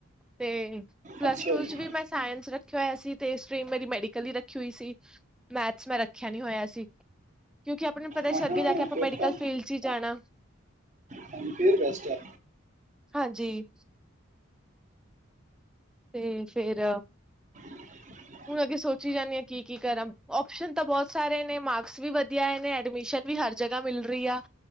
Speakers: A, in the centre; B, on the right (about 35°).
A: ਤੇ ਪਲੱਸ
B: ਅੱਛਾ
A: ਟੂ
B: ਜੀ
A: ਚ ਵੀ ਮੈਂ ਸਾਇੰਸ ਰੱਖਿਆ ਹੋਇਆ ਸੀ, ਤੇ ਸਟਰੀਮ ਮੇਰੀ ਮੈਡੀਕਲ ਹੀ ਰੱਖੀ ਹੋਈ ਸੀ, ਮੈਥਸ ਮੈਂ ਰੱਖਿਆ ਨੀ ਹੋਇਆ ਸੀ ਕਿਉਂਕਿ ਆਪਾਂ ਨੂੰ ਪਤਾ
B: ਹਾਂ
A: ਸੀ ਅੱਗੇ
B: ਹਾਂ
A: ਜਾ ਕੇ ਆਪਾਂ
B: ਫਿਰ
A: ਮੈਡੀਕਲ
B: ਤਾਂ
A: ਫੀਲਡ 'ਚ ਹੀ ਜਾਣਾ
B: ਐ ਫਅਰ ਬੈਸਟ ਹੈ।
A: ਹਾਂਜੀ। ਤੇ ਫੇਰ
B: ਹਮ
A: ਹੁਣ ਅੱਗੇ ਸੋਚੀ ਜਾਂਦੀ ਹਾਂ ਕੀ ਕੀ ਕਰਾ, ਓਪਸ਼ਨ ਤਾਂ ਬਹੁਤ ਸਾਰੇ ਨੇ, ਮਾਰਕਸ ਵੀ ਵਧੀਆ ਆਏ ਨੇ ਐਡਮਿਸ਼ਨ ਵੀ ਹਰ ਜਗ੍ਹਾ ਮਿਲ ਰਹੀ ਆ।